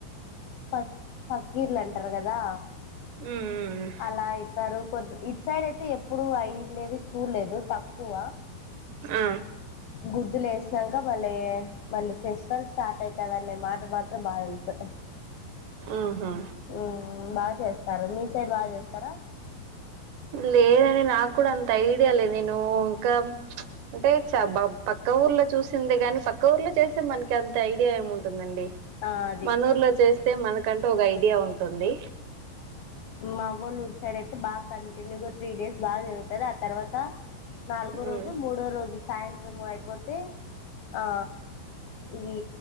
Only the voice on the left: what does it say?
పక్ పక్కీర్లంటరు గదా
లైతారు కొద్దు ఇట్ సైడ్ అయితే ఎప్పుడు అయిండేది చూల్లేదు తక్కువ
గుద్దులేసినాంక భలేయ్. మళ్ళు ఫెస్టివల్ స్టాటయితాదనే మాట మాత్రం బాగ దెల్సు
ఉమ్ బాగా చేస్తారు మీ సైడ్ బాగా చేస్తారా.
ఆ అది
మా అవ్వొల్ ఊరి సైడైతే బాగ కంటిన్యూగా త్రీ డేస్ బాగా జరుగుతాది ఆ తర్వాత నాలుగో
రోజు మూడో రోజు సాయంత్రం అయిపోతే ఆ ఇవి